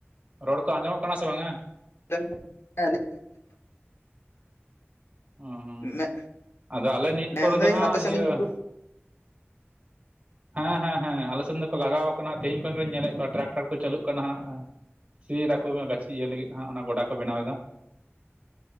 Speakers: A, on the right; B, on the left.
A: ᱨᱚᱲ ᱠᱚ ᱟᱸᱡᱚᱢᱚᱜ ᱠᱟᱱᱟ ᱥᱮ ᱵᱟᱝᱼᱟ?
B: <inaudible>
A: ᱦᱩᱸ ᱦᱩᱸ
B: ᱢᱮᱻ
A: ᱟᱫᱚ ᱟᱞᱮ ᱱᱤᱭᱟᱹ
B: ᱢᱮᱱᱫᱟᱹᱧ
A: ᱠᱚᱨᱮ ᱫᱚ ᱦᱟᱸᱜ
B: ᱟᱯᱮ ᱥᱮᱱᱟᱜ
A: ᱤᱭᱟᱹ
B: ᱧᱩᱛᱩ
A: ᱦᱮᱸ ᱦᱮᱸ ᱦᱮᱸ ᱟᱞᱮ ᱥᱮᱱ ᱫᱚᱠᱚ ᱞᱟᱜᱟᱣ ᱠᱟᱱᱟ ᱛᱮᱦᱧ ᱠᱷᱚᱱ ᱜᱤᱧ ᱧᱮᱞᱮᱫ ᱠᱚᱣᱟ ᱴᱨᱟᱠᱴᱟᱨ ᱠᱚ ᱪᱟᱹᱞᱩᱜ ᱠᱟᱱᱟ ᱦᱟᱸᱜ ᱾ ᱪᱤᱨ ᱟᱠᱚ ᱦᱟᱸᱜ ᱜᱟᱹᱪᱷᱤ ᱤᱭᱟᱹ ᱞᱟᱹᱜᱤᱫ ᱦᱟᱸᱜ ᱚᱱᱟ ᱜᱳᱰᱟ ᱠᱚ ᱵᱮᱱᱟᱣ ᱫᱟ ᱾